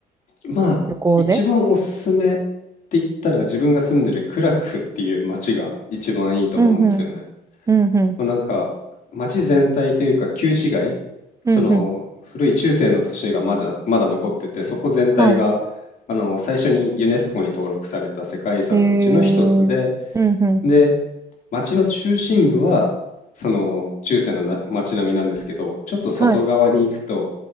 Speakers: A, on the left (about 55°); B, on the right (about 20°).
A: まあ、
B: 行で
A: 一番おすすめって言ったら自分が住んでるクラクフっていう街が一番いいと思うんですよね。
B: うんうん。うんうん。
A: まあ、なんか街全体というか旧市街、
B: うんうん。
A: その古い中世の都市がまだ、まだ残ってて、そこ全体があの最初にユネスコに登録された世界遺産のうちの一つで、
B: はい。へえ。うんうん。
A: で、街の中心部はその中世のな街並みなんですけど、ちょっと外側に行くと、
B: はい。う